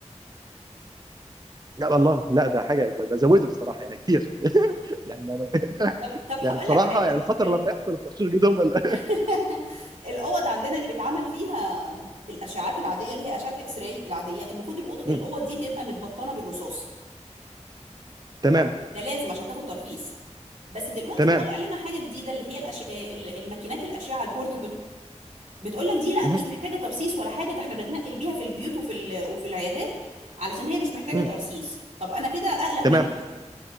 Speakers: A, on the right; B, on the right.
A: يا الله لا ده حاجه ده, ده زوده الصراحه يعني كتير <laughs> يعني ما ما- <laughs>
B: طب طب هقول
A: يعني بصراحه
B: لك حاجه
A: يعني الخطر
B: ال-
A: لما يحصل التشخيص جدهم ولا-
B: <laughs> الاوض عندنا اللي بيتعمل فيها الاشعاعات العاديه اللي هي اشعه اكس راي العاديه المفروض الأوض-
A: <laughs> مم.
B: الاوض دي تبقى متبطنه بالرصاص
A: تمام
B: ده لازم عشان تاخد ترخيص بس دلوقتي
A: تمام
B: طالع لنا حاجه جديده اللي هي الأش... آه، ال- الماكينات الاشعه البورتابل بتقول لك دي لا
A: مهم.
B: مش محتاجه ترصيص ولا حاجه ده احنا بنتنقل بيها في البيوت وفي ال... وفي العيادات علشان هي مش محتاجه
A: مم.
B: ترصيص طب انا كده اقلق منها
A: تمام
B: بقى